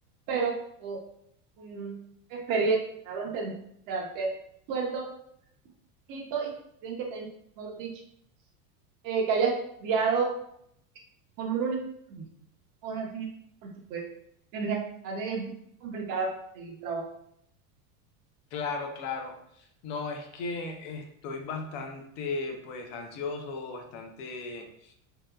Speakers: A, on the right; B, on the left.
A: pero mm, experiencia, ¿no? Entender, O sea, te- sueldo poquito y quieren que tengas, mejor dicho, eh, que hayas estudiado con un uniforme, cosas así, por supuesto. En realidad es muy complicado seguir trabajando.
B: Claro, claro. No, es que estoy bastante, pues, ansioso, bastante